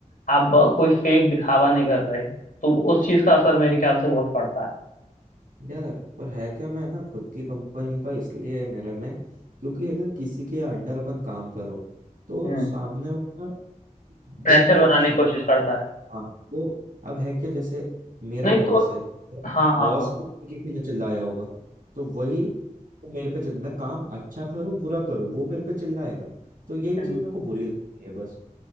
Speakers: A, on the left (about 85°); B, on the right (about 85°).
A: आप ब- कोई फेक दिखावा नहीं कर रहे तो उस चीज का असर मेरे ख्याल से बहुत पड़ता है
B: यार पर है क्या मैं ना खुद की कंपनी का इसलिए है मेरे में क्योंकि है कि किसी के अंडर अपन काम करो तो
A: हम्म
B: सामने वाला
A: प्रेशर
B: बेफालतू
A: बनाने
B: सुन
A: की कोशिश करता है
B: हाँ तो अब है क्या जैसे मेरा
A: नहीं
B: बॉस
A: तो
B: है
A: हाँ हाँ
B: बॉस
A: हाँ
B: पे किसी ने चिल्लाया होगा तो वही वो मेरे पे चिल मैं काम अच्छा करूं बुरा करूं वो मेरे पे चिल्लाएगा तो यही
A: हम्म
B: चीज मेरे को बुरी लगती है बस